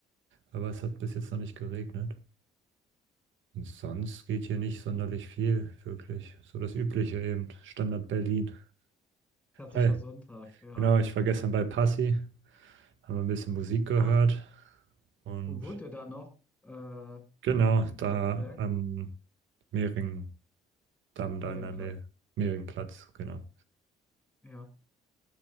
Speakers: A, on the right; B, in the centre.
A: aber es hat bis jetzt noch nicht geregnet. Und sonst geht hier nicht sonderlich viel, wirklich. So das Übliche eben, Standard Berlin.
B: Klassischer
A: Hi,
B: Sonntag, ja.
A: genau, ich war gestern bei Passi, haben ein bisschen Musik gehört
B: Ach,
A: und
B: wo wohnt ihr da noch? Äh,
A: genau,
B: in Kreuzberg?
A: da am Mehringdamm, da in der
B: Mehringplatz,
A: Nähe, Mehringplatz, genau.
B: ja.